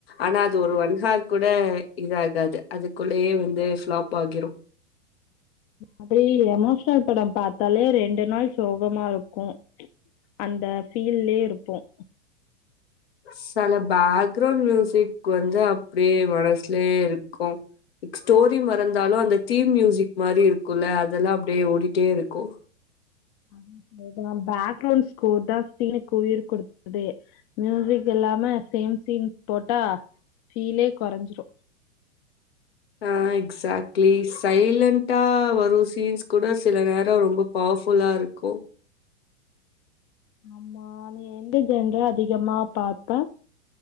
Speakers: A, on the left; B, on the left.
A: ஆனா அது ஒரு ஒன்ஹார் கூட இது ஆகாது அதுக்குள்ளயே வந்து ஃபளாப் ஆகிரு
B: அப்டியே எமோஷ்னல் படம் பாத்தாலே ரெண்டு ரெண்டு நாள் சோகமா இருக்கோ அந்த பீல்லயே இருப்போம்
A: செல பேக்ரவுண்ட் மியூசிக் வந்து அப்டியே மனசுலயே இருக்கும் ஸ்டோரி மறந்தாலும் அந்த தீம் மியூசிக் மாரி இருக்கும்ல அதெல்லாம் அப்டியே ஓடிட்டே இருக்கோ
B: ஆமா இந்தா பேக்ரவுண்ட் ஸ்கோர் தா சீனுக்கு உயிர் குடுக்கறதே மியூசிக் இல்லாம சேம் சீன் போட்டா ஃபீல்லே கொறஞ்சிரோ
A: ஆஹ் எக்ஸாட்லி சைலன்டா வரும் சீன்ஸ் கூட சில நேரோ ரொம்ப பவர்ஃபுல்லா இருக்கோ
B: ஆமா நீ எந்த ஜெண்டர் அதிகமா பாப்ப